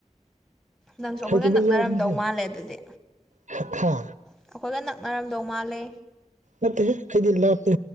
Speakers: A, in the centre; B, on the right (about 70°).
A: ꯅꯪꯁꯨ ꯑꯩꯈꯣꯏꯒ
B: ꯍꯩꯇꯕ
A: ꯅꯛꯅꯔꯝꯗꯧ
B: ꯌꯥꯎꯕꯅꯦꯍꯦ
A: ꯃꯥꯜꯂꯦ ꯑꯗꯨꯗꯤ
B: ꯍꯥ ꯈꯥ
A: ꯑꯩꯈꯣꯏꯒ ꯅꯛꯅꯔꯝꯗꯧ ꯃꯥꯜꯂꯦ
B: ꯌꯥꯠꯇꯦ ꯈꯍꯤꯗꯤꯜꯂꯥ ꯍꯥꯇꯦ